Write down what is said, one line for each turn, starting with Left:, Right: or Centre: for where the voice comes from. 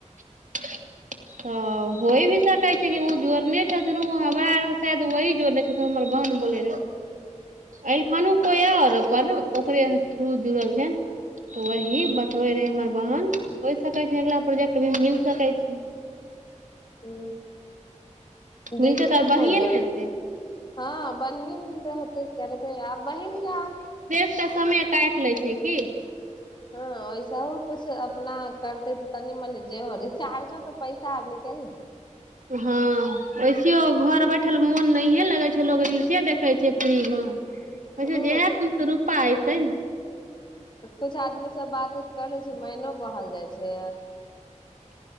Right: ह हो भी त छै ओ ज ने छथिन ओ हमरा आरके शाय त वही जोड़ने छै त हमर बन बोे रहे अल खानू को यार पर ने ओकरे थ्रू जुड़ल छै तऽ वही
Left: ह
Right: बतबे रहै हमर बहन होइ सकै छै अगला प्रोजेक्ट भी मिल सकै छै
Left: ओ देखियौ
Right: मिलतै तऽ आर बढ़िए
Left: ने य
Right: हेतै
Left: हँ बढ़े मिलते होते करबे आ बहिन के
Right: एकटा समय काटि लै छै की
Left: हँ ओैसा किछ अपना करते तऽ तनी मनि जेहोचार्जो त पैसार निकल
Right: हँ ओस देखो घर बैठल मोन नहिये लगे छै लोग रील्से देखे छै फ्री में अचछा
Left: जेतै
Right: जह किछु तऽ रूपा अयतै ने
Left: कछ आदमी से बात कर लै छै मैनो बहल जाइ छै